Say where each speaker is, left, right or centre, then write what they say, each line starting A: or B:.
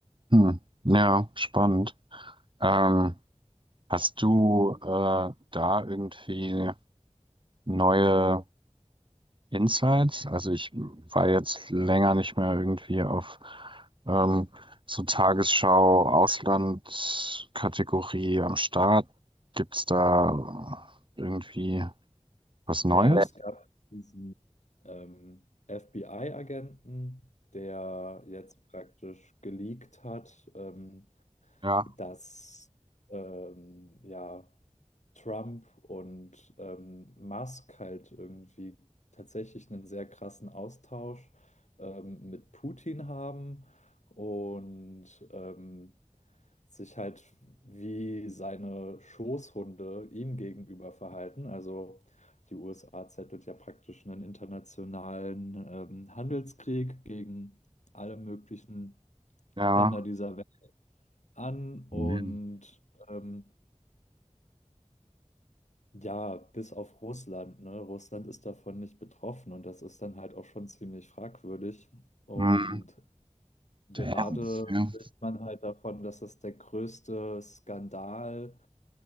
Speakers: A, on the right (about 40°); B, on the left (about 70°).
A: Hm. Ja, spannend. Ähm, hast du äh, da irgendwie neue Insights? Also ich war jetzt länger nicht mehr irgendwie auf ähm, so Tagesschau, Auslandkategorie am Start. Gibt's da irgendwie was
B: Naja,
A: Neues?
B: es gab diesen ähm, FBI-Agenten, der jetzt praktisch geleakt hat, ähm,
A: Ja,
B: dass ähm, ja Trump und ähm, Musk halt irgendwie tatsächlich einen sehr krassen Austausch ähm, mit Putin haben und ähm, sich halt wie seine Schoßhunde ihm gegenüber verhalten. Also die USA zettelt ja praktisch einen internationalen ähm, Handelskrieg gegen alle möglichen
A: ja.
B: Länder dieser Welt an und
A: Man.
B: ähm, Ja, bis auf Russland, ne? Russland ist davon nicht betroffen und das ist dann halt auch schon ziemlich fragwürdig. Und
A: Hm.
B: gerade
A: Damn. Ja.
B: spricht man halt davon, dass das der größte Skandal